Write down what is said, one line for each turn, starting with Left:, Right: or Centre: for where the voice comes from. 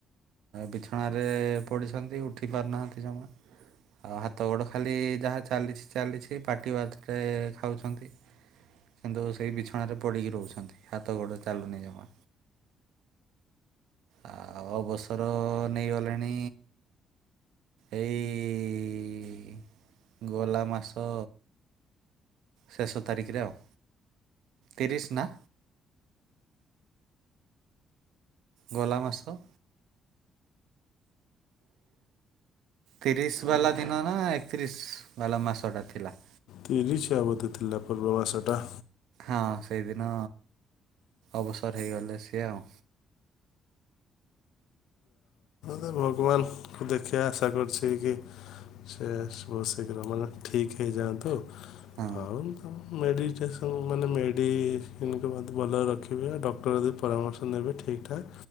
Right: ବିଛଣାରେ ପଡ଼ିଛନ୍ତି ଉଠି ପାରୁନାହାନ୍ତି ଜମା ଆଉ ହାତ ଗୋଡ଼ ଖାଲି ଯାହା ଚାଲିଛି ଚାଲିଛି ପାଟି ଭାତରେ ଖାଉଛନ୍ତି କିନ୍ତୁ ସେଇ ବିଛଣାରେ ପଡ଼ିକି ରହୁଛନ୍ତି ହା ହାତ ଗୋଡ଼ ଚାଲୁନି ଯମା। ଆଉ ଅବସର ନେଇଗଲେଣି ଏଇ ଗଲା ମାସ ଶେଷ ତାରିଖରେ ଆଉ ତିରିଶ ନା। ଗଲା ମାସ। ତିରିଶ ବାଲା ଦିନ ନା ଏକତିରିଶ ବାଲା ମାସ ଟା ଥିଲା।
Left: ତରିଶିଆ ବଧେ ଥିଲା ପୂର୍ବ ମାସଟା।
Right: ହଁ ସେଇଦିନ ଅବସର ହେଇଗଲେ ସିଏ ଆଉ।
Left: ସ ଭଗବାନଙ୍କୁ ଦେଖିବା ଆଶା କରୁଛି କି ସେ <unintelligible> ଶୀଘ୍ର ମାନେ ଠିକ୍ ହେଇ ଯାଆନ୍ତୁ।
Right: ହଁ
Left: ହଉ। ମେଡ଼ିଟେସନ୍ ମାନେ ମେଡ଼ିସିନ ମତେ ଭଲ ରଖିବେ ଡକ୍ଟର ଯଦି ପରାମର୍ଶ ନେବେ ଠିକଠାକ୍।